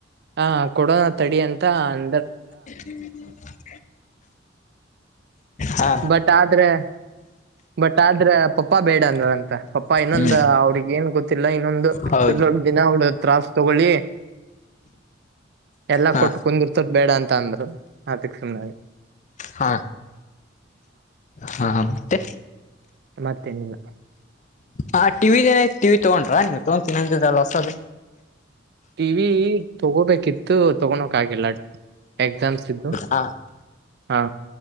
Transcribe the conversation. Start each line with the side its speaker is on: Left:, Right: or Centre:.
Right: ಆ ಕೊಡೋನಾ ತಡಿ ಅಂತ ಅ
Left: ಹ್ಮ ಹಾ
Right: ಬಟ್ ಆದ್ರೆ ಬಟ್ ಆದ್ರೆ ಪಪ್ಪಾ ಬೇಡ ಅಂದ್ರ ಅಂತ ಪಪ್ಪಾ ಇನ್ನೊಂದು
Left: ಹ್ಮ್
Right: ಅವ್ರಿಗ್ ಏನ್ ಗೊತ್ತಿಲ್ಲ ಇನ್ನೊಂದು
Left: ಹೌದು
Right: ಜೊಡ್ಿನ ಆಡ ತ್ರಾಸ್ ತಗೊಳ್ಳಿ ಎಲ್ಲಾ
Left: ಹಾ
Right: ಕೊಟ್ಟು ಕುಂದಿರ್ಸದ ಬೇಡ ಅಂತ ಅಂದ್ರರು ಅದಕ್ಕೆುನ್ನಾಗ
Left: ಹಾ ಹಾ ಹ ಮತ್ತೆ
Right: ಮತ್ತೆನಿಲ್ಲ
Left: ಹ ಟಿವಿದ್ ಏನಯ್ತು ಟಿವಿ ತಗೊಂಡ್ರ ನೀವು ತಗೊತೀನಂದ್ರಲ್ಲ ಹೊಸದು
Right: ಟಿ ವಿ ತಗೋಬೇಕಿತ್ತು ತಗೋಳಕ್ಗಲ್ಲ ಎಕ್ಸಾಮ್ಸ್ ಇದ್ವು
Left: ಹಾ
Right: ಹಾ